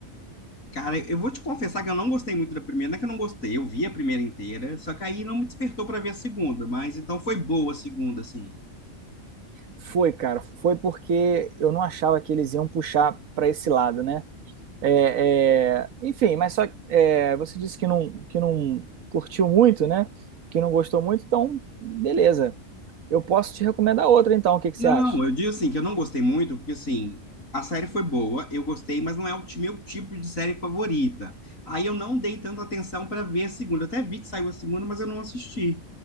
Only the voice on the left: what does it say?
Cara, eu vou te confessar que eu não gostei muito da primeira. Não é que eu não gostei, eu vi a primeira inteira, só que aí não me despertou para ver a segunda. Mas então foi boa a segunda, assim.
Não,
eu digo assim, que eu não gostei muito, porque assim, a série foi boa, eu gostei, mas não é o ti- meu tipo de série favorita. Aí eu não dei tanta atenção para ver a segunda. Eu até vi que saiu a segunda, mas eu não assisti.